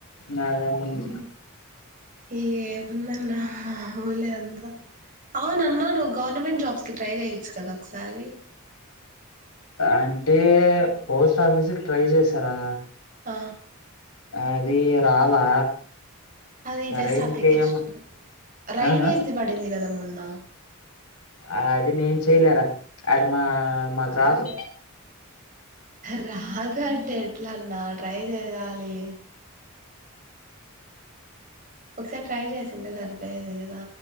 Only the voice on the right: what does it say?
ఏముందన్న మాములే అంతా అవునన్న నువ్వు గవర్మెంట్ జాబ్స్ ట్రై చేయచ్చు కదా ఒకసారి
ఆ
అది
జస్ట్
అప్లికేషన్ రైల్వేస్ది
పడింది. కద మో న్న
రాదు
అంటే ఎట్ల అన్న ట్రై చేయాలి. ఒకసారి ట్రై చేసింటే సరిపోయేది. కదా